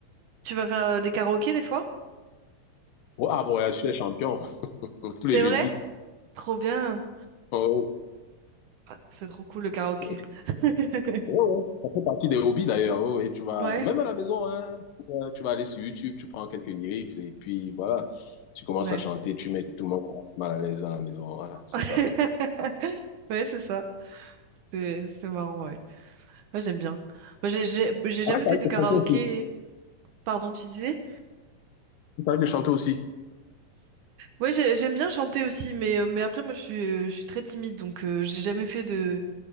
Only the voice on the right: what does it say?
Tu vas faire euh, des karaokés des fois?
C'est
vrai? Trop bien.
Ah, c'est trop cool le karaoké.
<laughs>
Ouais.
Ouais.
<laughs>
Ouais, c'est ça. C'est c'est marrant, ouais. Moi, j'aime bien. Moi, j'ai j'ai j'ai jamais
fait de
karaoké.
Pardon, tu disais?
Ouais, j'ai- j'aime bien chanter aussi, mais, euh, mais après, moi, je suis, euh, je suis très timide, donc euh, j'ai jamais fait de,